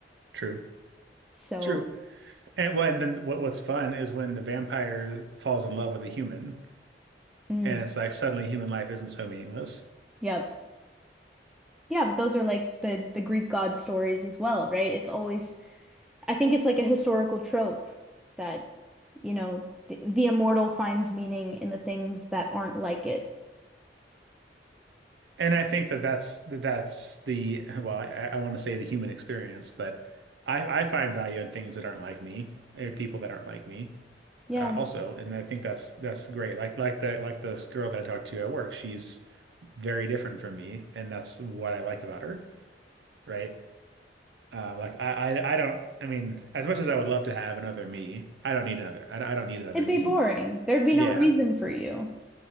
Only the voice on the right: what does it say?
true
true and well and then what what's fun is when the vampire falls in love with a human
and it's like suddenly human life isn't so meaningless
and I think that that's that that's the well I, I want to say the human experience but I I find value in things that aren't like me and people that aren't like me
uh, also and I think that's that's great like like the like this girl that I talked to at work she's very different from me and that's what I like about her right? Uh, like I, I, I don't. I mean, as much as I would love to have another me, I don't need another. I, don't- I don't need another
me.
Yeah,